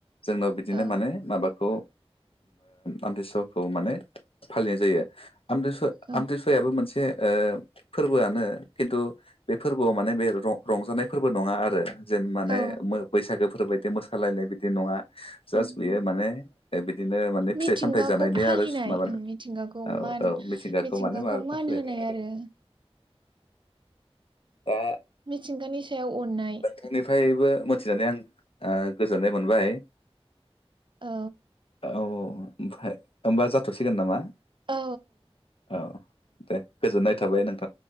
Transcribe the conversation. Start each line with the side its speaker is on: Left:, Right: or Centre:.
Left: जोंनाव बिदिनो
Right: औ
Left: माने माबाखौ आमथि सुवाखौ माने फालिनाय जायो। आमथि सु‌
Right: औ
Left: आमथि‌ सुवायाबो मोनसे ओ फोरबोआनो खिन्थु बे फोरबोआव माने बे रंजानाय फोरबो नङा आरो। जेन माने
Right: औ
Left: बैसागोफोर बायदि मोसालायनाय बायदि नङा जास्ट
Right: ओम
Left: बेयो
Right: ओम‌
Left: माने बिदिनो माने फिथाइ
Right: मिथिंगाखौ
Left: सामथाइ जानायनि
Right: फालिनाय
Left: आरो माबानो
Right: ओम मिथिंगाखौ
Left: औ
Right: मान
Left: औ
Right: मिथिंगाखौ
Left: माने माबा
Right: मान
Left: खालायनाय
Right: होनाय आरो
Left: दा
Right: मिथिंगानि ओम सायाव अननाय
Left: नोंथांनिफ्रायबो मोनथिनानै आं गोजोननाय मोनबाय
Right: औ
Left: औ ओमफ्राय होमबा जाथसिगोन नामा?
Right: औ
Left: औ दे गोजोननाय थाबाय नों